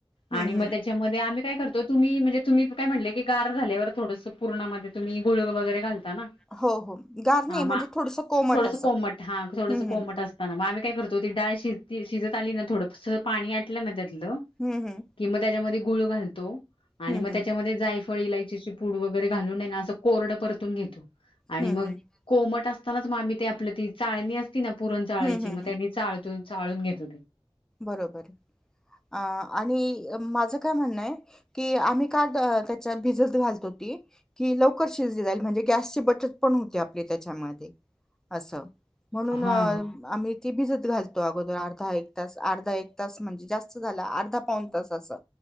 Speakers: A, in the centre; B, on the left (about 65°).
A: हं,
B: आणि मग
A: हं.
B: त्याच्यामधध्ये काय करतो तुम्ही म्हणजे तुम्ही काय म्हटले की गार झाल्यावर थोडंसं पूर्णा मदे तुम्ही गुळ वगैरे घालता घालता
A: ना? हो हो गार नाही
B: ना
A: म्हणजे हा थोडंसं कोमट
B: थोडस
A: असं
B: कोमट हा कोमट
A: हं हं.
B: असताना आम्ही काय करत होती डाळ शिज शिजत आली ना थोडंस पाणी आटलं ना त्यातलं त्या
A: हं, हं.
B: की त्याच्यामध्ये गुळ घालतो आणि
A: हं, हं.
B: त्यांच्यामध्ये जायफळ, इलायची पुड वगैरे घालून हे ना कोरड परतून घेतो. आणि
A: हं, हं. मग
B: कोमट असता असतानाच मगआम्ही ते आपलं ती चाळणी अस ति ना पुरण
A: हं,
B: चाळायची
A: हं,
B: मग
A: हं.
B: त्यांनी चाळत चाळून घेतो ते.
A: बरोबर. अ आणि माझं काय म्हणणय की आम्ही का त्याच्या भिजत घालतो ती कि लवकर शिजली जाईल म्हणजे गॅसची बचत पण होते आपले त्याच्यामध्ये. असं म्हणून
B: हा
A: तिथे भिजत घालतो अगोदर अर्धा एक तास अर्धा एक तास म्हणजे जास्त झाला अर्धा पाऊन तास असं